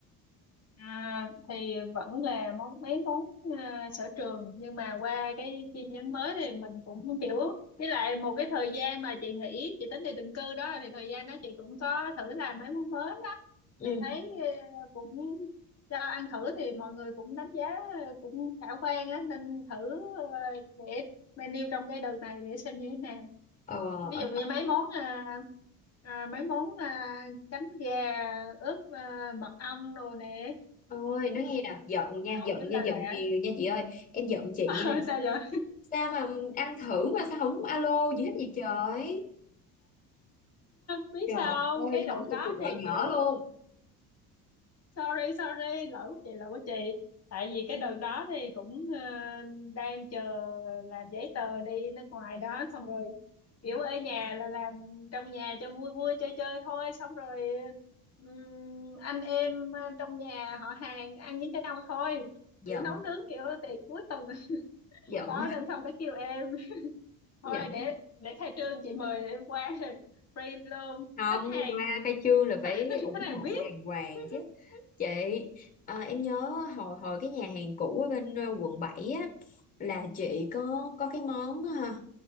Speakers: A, on the left (about 35°); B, on the left (about 20°).
A: À, thì vẫn là món mấy món à, sở trường nhưng mà qua cái chi nhánh mới thì mình cũng kiểu với lại một cái thời gian mà chị nghỉ chị tính đi định cư đó thì thời gian đó chị cũng có thử làm mấy món mới đó
B: Ừ.
A: thì thấy à, cũng cho ăn thử thì mọi người cũng đánh giá à, cũng khả quan á nên thử à, để menu trong cái đợt này để xem như thế nào
B: Ờ,
A: ví
B: ở
A: dụ như mấy món à, à, mấy món à, chấm gà ướp à, mật ong đồ nè
B: Ôi, nói
A: Ừm,
B: nghe nè, giận
A: kiểu
B: nha,
A: nấu
B: giận
A: kiểu là
B: nha,
A: lạ
B: giận
A: <laughs>
B: gì rồi nha chị ơi, em giận chị
A: Ờ,
B: nha.
A: sao vậy <laughs>
B: Sao mà ăn thử mà sao không alo gì hết vậy trời?
A: biết
B: Trời
A: sao
B: ơi,
A: không cái đợt
B: không được
A: đó
B: cuộc gọi
A: thì
B: nhỏ
A: kiểu
B: luôn.
A: sorry sorry lỗi của chị lỗi của chị tại vì cái đợt đó thì cũng ờ, đang chờ làm giấy tờ đi nước ngoài đó xong rồi kiểu ở nhà là làm trong nhà cho vui vui chơi chơi thôi xong rồi ừm, anh em ờ, trong nhà họ hàng ăn với nhau thôi
B: Giận,
A: kiểu nấu nướng kiểu tiệc cuối tuần <laughs>
B: giận,
A: đó
B: <laughs>
A: nên xong cái kêu em thôi
B: giận.
A: để để khai trương chị mời em qua <laughs> free luôn
B: không
A: khách hàng
B: qua khai trương là phải
A: <laughs>
B: ủng
A: khách hàng
B: hộ
A: VIP
B: đàng hoàng chứ
A: <laughs>
B: chị à, em nhớ hồi hồi cái nhà hàng cũ ở bên ờ, quận 7 á là chị có có cái món ờ,